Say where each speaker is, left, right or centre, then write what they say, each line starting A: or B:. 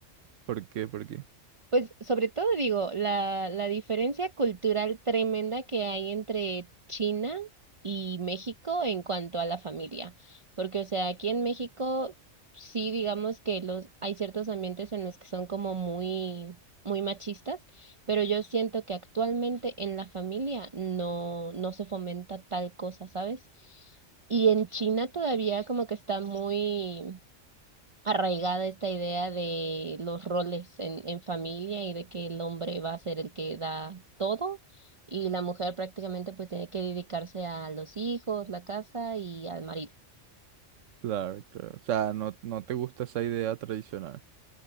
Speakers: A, on the right (about 80°); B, on the right (about 30°).
A: ¿Por qué? ¿Por qué?
B: Pues sobre todo digo, la, la diferencia cultural tremenda que hay entre China y México en cuanto a la familia, porque o sea, aquí en México sí digamos que los hay ciertos ambientes en los que son como muy muy machistas, pero yo siento que actualmente en la familia no no se fomenta tal cosa, ¿sabes? Y en China todavía como que está muy arraigada esta idea de los roles en, en familia y de que el hombre va a ser el que da todo y la mujer prácticamente pues tiene que dedicarse a los hijos, la casa y al marido.
A: Claro, claro. O sea, no, no te gusta esa idea tradicional.